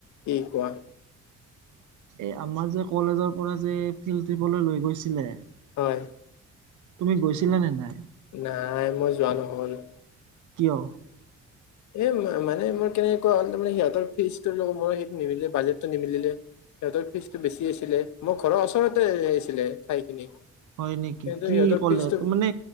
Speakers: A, on the left (about 70°); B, on the right (about 75°).
A: কি কোৱা।
B: এই আমাৰ যে কলেজৰ পৰা যে ফিল্ড ট্ৰিপলৈ লৈ গৈছিলে
A: হয়।
B: তুমি গৈছিলা নে নাই?
A: নাই মই যোৱা নহ'ল।
B: কিয়?
A: এ মানে মোৰ কেনেকুৱা হ'ল তাৰে সিহঁত ফিজটোৰ লগত মই সে নিমিলে বাজেটটো নিমিলিলে। সিহঁতৰ ফিজটো বেছি আছিলে মোৰ ঘৰৰ ওচৰতে আছিলে ঠাইখিনি।
B: হয় নেকি
A: কিন্তু
B: কি
A: সিহঁতৰ
B: কলে
A: ফিজটো
B: ত' মানে